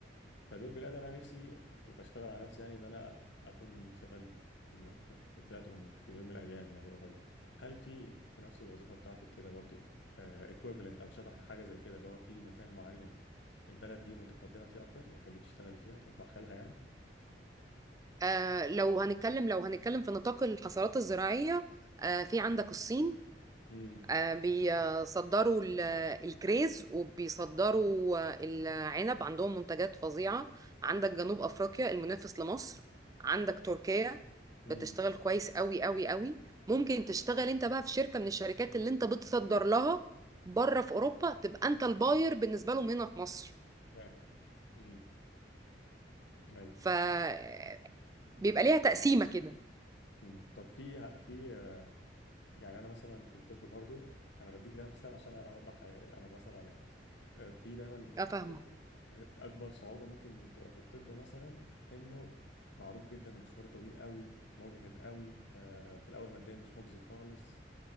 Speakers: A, on the left; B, on the right.
A: فدول بلاد انا نفسي وبشتغل على نفسي يعني ان انا اكون شغال في الم... في في بلادهم في يوم من الايام يعني قريب هل في في نفس الوظيفه بتاعتك كده برضو ايكويفالنت او شبه حاجه زي كده اللي هو في مكان معين البلد دي متقدمه فيه اكتر يعني تحبي تشتغلي فيها تطمحي لها يعني
B: آه لو هنتكلم لو هنتكلم في نطاق الحصارات الزراعيه آه في عندك الصين
A: امم
B: آه، بيصدروا ال- الكريز وبيصدروا آه، العنب عندهم منتجات فظيعة عندك جنوب أفريقيا المنافس لمصر عندك تركيا
A: امم
B: بتشتغل كويس قوي قوي قوي ممكن تشتغل انت بقى في شركة من الشركات اللي انت بتصدر لها بره في أوروبا تبقى انت الباير بالنسبة لهم هنا في مصر
A: فاهم امم ايوه
B: فبيبقى ليها تقسيمة كده
A: امم طب في في آه، يعني انا مثلا في الطب برضو انا بديك ده مثال عشان اوضح انا بسال على إيه. في دايما
B: اه فاهمة
A: في الطب اكبر صعوبه ممكن تبقى في الطب مثلا انه معروف جدا انه مشوار طويل قوي مجهد قوي آه، في الاول ماديا مش مجزي خالص